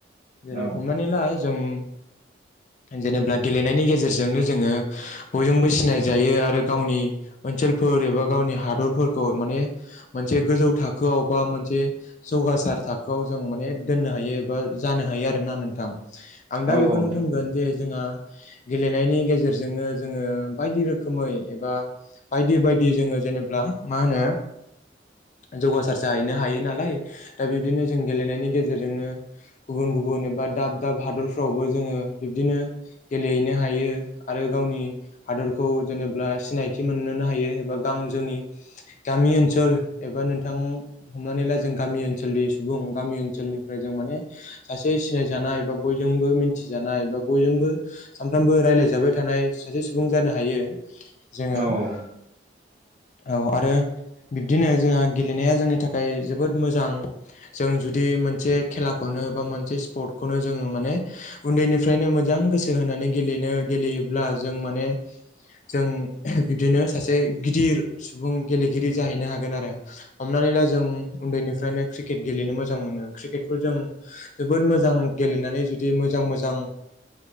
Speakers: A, on the left; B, on the right.
A: जेरै
B: औ नोंथां
A: हमनानैला जों
B: <inaudible>
A: जेनेबा गेलेनायनि गेजेरजोंनो जोङो बयजोंबो सिनाय जायो आरो गावनि ओनसोलाव फोर एबा गावनि हादरफोरखौ माने मोनसे गोजौ थाखोआव बा मोनसे जग गोथार थाखोआव जों माने दोननो हायो एबा जानो हायो आरोना होन आं दा
B: औ
A: बेखौनो
B: औ नोंथां
A: बुंगोन जे जोंहा गेलेनायनि गेजेरजोंनो जोङो बायदि रोखोमै एबा बायदि बायदि जोङो जेनेबा मा होनो जौगासार जाहैनो हायो नालाय दा बिब्दिनो जों गेलेनायनि गेजेरजोंनो गुबुन गुबुन एबा दाब दाब हादरफ्रावबो जोङो बिब्दिनो गेलेहैनो हायो आरो गावनि हादरखौ खौ जेनेबा सिनायथि मोननोनो हायो एबा गां जोंनि गामि ओनसोल एबा नोंथां हमनानै ला जों गामि ओनसोलनि सुबुं गामि ओनसोलनिफ्राय जों माने सासे सिनाय जानाय बा बयजोंबो मिथि जानाय बा बयजोंबो सानफ्रोमबो रायलायजाबाय थानाय सासे सुबुं जानो जोङो
B: औ औ
A: औ आरो बिबदिनो जोंहा गेलेनाया जोंनि थाखाय जोबोद मोजां जों जुदि मोनसे खेलाखौनो मोनसे सिप्तखौनौ जोङो माने फ्रायनो मोजां गोसो होनानै गेलेनो गेलेयोब्ला जों माने जों बिदिनो सासे गिदिर सुबुं गेलेगिरि जाहैनो हागोन आरो हमनानै ला जों उन्दैनिफ्रायनो क्रिकेट गेलेनो मोजां मोनो क्रिकेटखौ जों जोबोद मोजां गेलेनानै जुदि मोजां मोजां